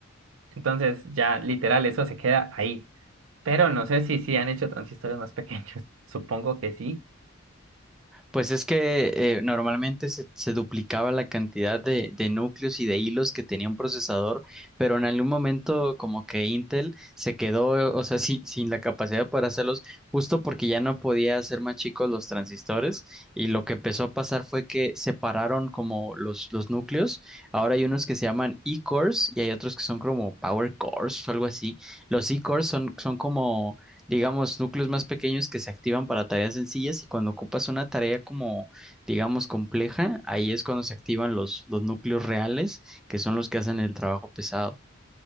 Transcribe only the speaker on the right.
Entonces, ya literal, eso se queda ahí. Pero no sé si sí han hecho transistores más pequeños. <laughs> Supongo que sí.